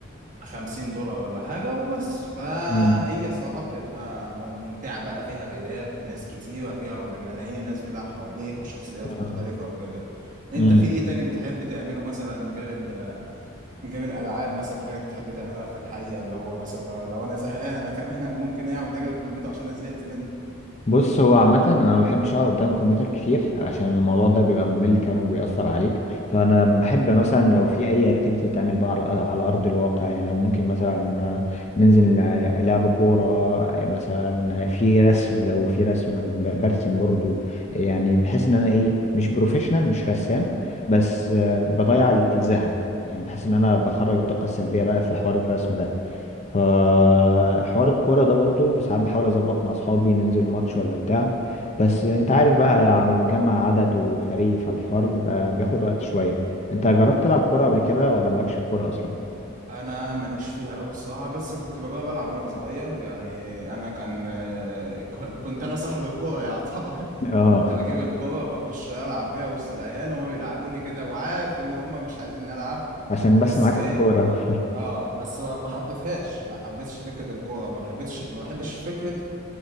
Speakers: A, on the right; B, on the left.
A: 50 دولار ولا حاجه وبس فهي
B: مم.
A: صراحه بتبقى م- ممتعه بقى فيها ريدات وناس كتيره فيها بملايين الناس بتلعب حواليك وشخصيات
B: اه
A: مختلفه وكده انت
B: مم.
A: في ايه تاني بتحب تعمله مثلا غير جيم الالعاب مثلا حاجات تحب تعملها في الحقيقه اللي هو مثلا لو, لو انا زهقان انا كمان ممكن إيه اعمل ايه على الكمبيوتر عشان انا زهقت منه
B: بص هو عامة أنا ما بحبش أقعد قدام الكمبيوتر كتير عشان الموضوع ده بيبقى ممل كمان وبيأثر عليك فأنا بحب
A: مم.
B: مثلا لو في أي أكتيفيتي تعمل بقى على على أرض الواقع يعني لو ممكن مثلا ننزل نلع- لعب كورة مثلا في رسم لو في رسم ب- برسم برضو يعني بحس إن أنا إيه مش بروفيشنال مش رسام بس آه، بضيع ال- الزهق يعني بحس إن أنا بخرج الطاقة السلبية بقى في حوار الرسم ده فحوار الكورة ده برضو ساعات بحاول أظبط مع أصحابي ننزل ماتش ولا بتاع بس أنت عارف بقى على ما بتجمع عدد وفريق فالحوار بيبقى بياخد وقت شوية أنت جربت
A: مم.
B: تلعب كورة قبل كده ولا مالكش في الكورة أصلا؟
A: انا ماليش فيها قوي الصراحه بس كنت بجرب العب وانا صغير يعني انا كان آه، ك- كنت انا صاحب الكوره يعتبر <laughs>
B: آه
A: فكنت بجيب الكوره بخش العب بيها وسط العيال هما بيلعبوني كده وعارف ان هما مش عايزين نلعب
B: عشان بس
A: بس
B: معاك
A: ايه
B: الكورة
A: اه بس ما ما حبيتهاش ما حبيتش فكره الكوره ما بحبتش ما بحبش فكره